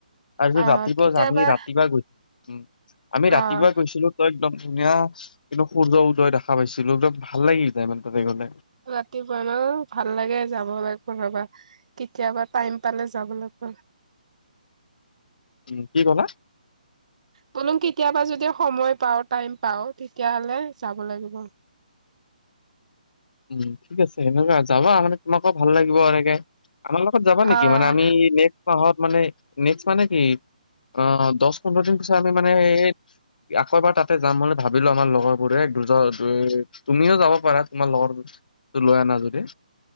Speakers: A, on the left; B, on the right.
A: তাৰপিছত
B: অ
A: ৰাতিপুৱা
B: কেতিয়াবা
A: আমি ৰাতিপুৱা গৈছিলো উ আমি
B: অ'
A: ৰাতিপুৱা গৈছিলো একদম ধুনীয়া কিন্তু সূৰ্য উদয় দেখা পাইছিলো একদম ভাল লাগি যায় মানে তেনে গলে
B: ৰাতিপুৱা ন ভাল লাগে যাব বা কোনবা কেতিয়াবা টাইম পালে যাব লাগব
A: উম কি ক'লা
B: বলুম কেতিয়াবা যদি সময় পাও টাইম পাও তেতিয়াহলে যাব লাগিব
A: উম ঠিক আছে সেনেকুৱা যাবা মানে তোমাকো ভাল লাগিব এনেকে আমাৰ লগত যাবা নেকি
B: অ'
A: মানে আমি নেক্স মাহত মানে নেক্স মাহ নে কিি অ দহ পোন্ধৰ দিন পিছত আমি মানে আকৌবাৰ তাতে যাম বুলি ভাবিলো আমাৰ লগৰ বোৰে দুজন তুমিও যাব পাৰা তোমাৰ লগৰ ত লৈ আনা যদি